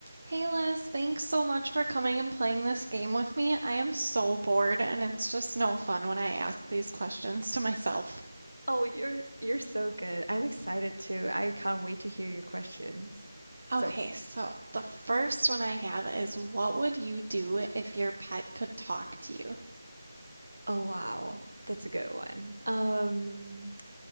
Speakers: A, on the right; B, on the right.
A: Hey Liz, thanks so much for coming and playing this game with me. I am so bored and it's just no fun when I ask these questions to myself.
B: Oh, you're you're so good. I'm excited too. I can't wait to hear your questions. So,
A: Okay, so the first one I have is what would you do if your pet could talk to you?
B: oh wow, that's a good one. Um,